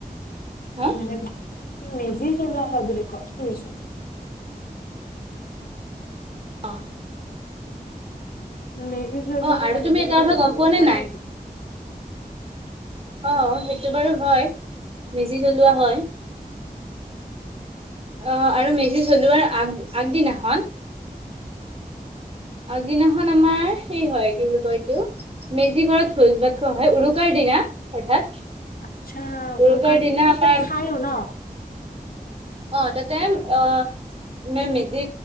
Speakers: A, on the right; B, on the left.
A: হা
B: উম। মেজি জলোৱা হয় বুলি বুলি ক শুনিছো।
A: অঁ।
B: মেজি জ্বলোৱা
A: অ আৰু
B: হয়
A: তুমি
B: বুলি
A: এটা
B: শুনিছো
A: কথা গম পোৱা নে
B: হয়
A: নাই
B: নেকি?
A: অ, সেইটো বাৰু হয় মেজি জলোৱা হয়। অ, আৰু মেজি চলোৱাৰ আগ আগদিনাখন। অগ, দিনাখন আমাৰ সেই হয় কি বুলি কয় এইটো। মেজি ঘৰত ভোজ ভাত হয় হয় উৰুকাৰ দিনা অৰ্থাৎ
B: আচ্ছা
A: উৰুকাৰ
B: উৰুকা দিনা তাতে
A: আমাৰ
B: খাইও ন <inaudible>
A: অ তাতে অ ম মেজি